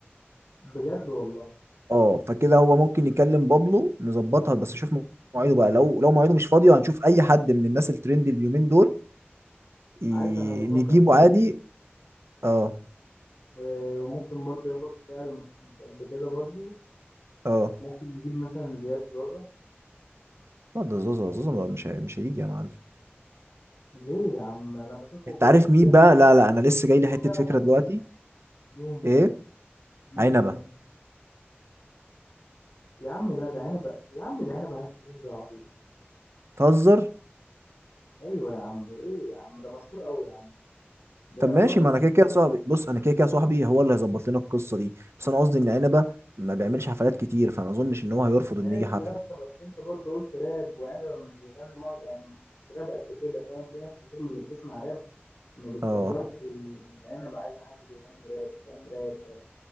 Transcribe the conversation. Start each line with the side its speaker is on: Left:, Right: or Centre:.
Left: بجد والله
Right: اه فكده هو ممكن يكلم بابلو نظبطها بس شوف مواعيده بقى لو لو مواعيده مش فاضيه هنشوف اي حد من الناس الترند اليومين دول ي...
Left: عارف انا بفكر
Right: نجيبه
Left: نجيب
Right: عادي اه
Left: و- وممكن برضو ياخد سعر مش مش قد كده برضو
Right: اه
Left: ممكن نجيب مثلا زياد زوزة
Right: لا ده زوزو زوزو بقى مش هي... مش هيجي يا معلم
Left: ليه يا عم انا بشوفه
Right: انت
Left: بيحسب
Right: عارف مين
Left: بيحسب
Right: بقى لا لا انا لسه جاي لي
Left: كل
Right: حته
Left: ده
Right: فكره
Left: ده حياته.
Right: دلوقتي
Left: مين
Right: ايه
Left: طيب مين
Right: عنبه
Left: مين يا عم لا ده عنب يا عم ده عنب هياخد فلوس بالعبيط
Right: تهزر
Left: ايوه يا عم ايه يا عم ده مشهور قوي يا عم ده
Right: طب
Left: يعتبر
Right: ماشي
Left: من
Right: ما انا كده كده صاحبي بص انا كده كده صاحبي هو اللي هيظبط لنا القصه دي بس انا قصدي ان عنبه ما بيعملش حفلات كتير فما اظنش ان هو هيرفض
Left: ماشي
Right: ان يجي حفله
Left: يا اسطى بس انت برضه قلت راب وعنبه مش بيغني مر... يعني مش راب قد كده فاهم في ناس كتير من اللي بتسمع راب ما بتفضلش
Right: اه
Left: عنبه عايزه حد بيغني راب فاهم راب راب